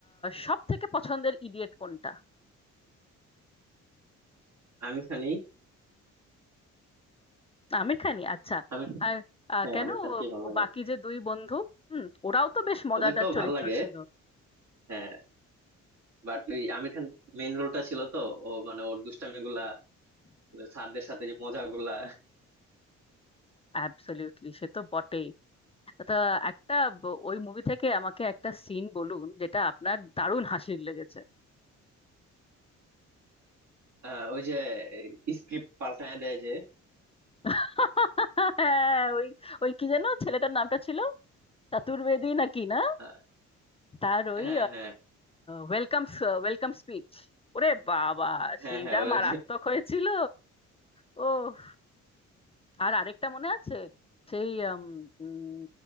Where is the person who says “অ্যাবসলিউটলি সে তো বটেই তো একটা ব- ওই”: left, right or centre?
Left